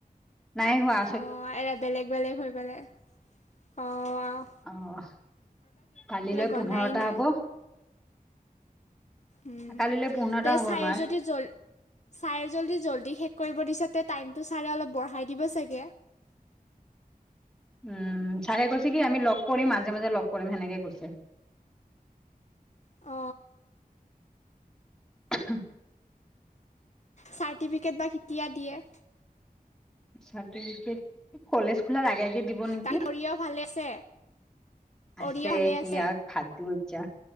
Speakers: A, in the centre; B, on the left.
A: নাই হোৱা।
B: অ এৰা বেলেগ বেলেগ হৈ গ'লে অ আও
A: অহ কালিলৈ
B: গনাই
A: পোন্ধৰটা
B: নাই
A: হ'ব
B: উম
A: কালিলৈ পোন্ধৰটা
B: তে
A: হব
B: চাই
A: আমাৰ
B: যদি জল- ছাৰে জল্দি জল্দি শেষ কৰিব দিছে তে টাইমটো ছাৰে অলপ বঢ়াই দিব চাগে।
A: উম ছাৰে কৈছে কি আমি লগ কৰিম মাজে মাজে লগ কৰিম সেনেকে কৈছে।
B: অ
A: <unintelligible>
B: চাৰ্টিফিকেট বা কেতিয়া দিয়ে
A: চাৰ্টিফিকেট কলেজ খোলাৰ আগে আগে দি- ব নেকি
B: বাকী অৰিয় ভালে আছে
A: আছে
B: অৰিয় ভালে
A: সিয়াক
B: আছে
A: ভাত দিওঁ যা